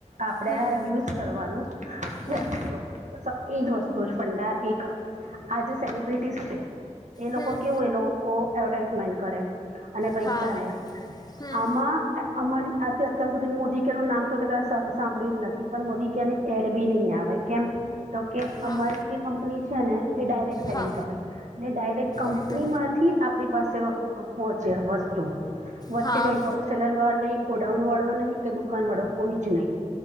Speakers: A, on the right; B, on the left.
A: આપણે
B: હમ
A: આ યુઝ કરવાનું,
B: હમ
A: જ જો એજ વસ્તુ ફંડા એક આ જે સેલિબ્રિટીસ છે એલોકો
B: હમ
A: કેવું એ લોકો એવટાઈઝમેન્ટ કરે અને પૈસા
B: હા
A: લે.
B: હમ
A: આમાં આ અ અમારી આથે અત્યાર સુધીન મોદી કેરનું નામ તો કડાચ સા સાંભળ્યું જ નથી પણ મોદી કેર એડ બી નઈ આવે કેમ? તો કે
B: હા
A: અમારી જે કંપની છે ને એ ડાયરેક્ટ સેલિંગ
B: હા
A: કંપની ને ડાયરેક્ટ કંપનીમાં
B: ઓકે
A: માંથી આપણી પાસે પોહચે વસ્તુ, વચ્ચે
B: હા
A: કઈ હોલ સેલરવાળો નઈ, ગોડાઉનવાળો નહીં કે દુકાનવાળો કોઈ જ નઈ.